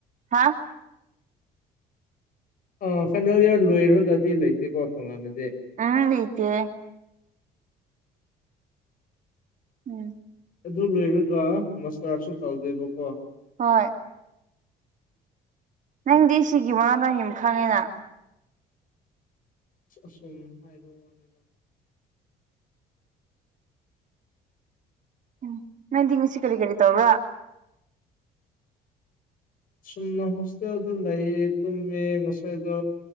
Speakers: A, on the right (about 50°); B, on the left (about 55°).
A: ꯍꯥ
B: ꯑ ꯐꯥꯏꯅꯦꯜ ꯏꯌꯥꯔ ꯂꯣꯏꯔꯒꯗꯤ ꯂꯩꯇꯦꯀꯣ ꯇꯣꯉꯥꯟꯅꯗꯤ
A: ꯎꯝ ꯂꯩꯇꯦ ꯎꯝ
B: ꯑꯗꯨ ꯂꯣꯏꯔꯒ ꯃꯁꯂꯥꯔꯁꯨ ꯇꯧꯗꯦꯕꯀꯣ
A: ꯍꯣꯏ ꯅꯪꯗꯤ ꯁꯤꯒꯤ ꯃꯔꯝ ꯌꯥꯝ ꯈꯪꯉꯤꯅ
B: ꯑꯁꯨꯝ ꯍꯥꯏꯕ ꯋꯥꯅꯤꯗ
A: ꯎꯝ ꯅꯪꯗꯤ ꯉꯁꯤ ꯀꯔꯤ ꯀꯔꯤ ꯇꯧꯕ꯭ꯔꯥ
B: ꯆꯨꯝꯅ ꯍꯣꯁꯇꯦꯜꯗ ꯂꯩꯌꯦ ꯇꯨꯝꯃꯦ ꯉꯁꯥꯏꯗꯣ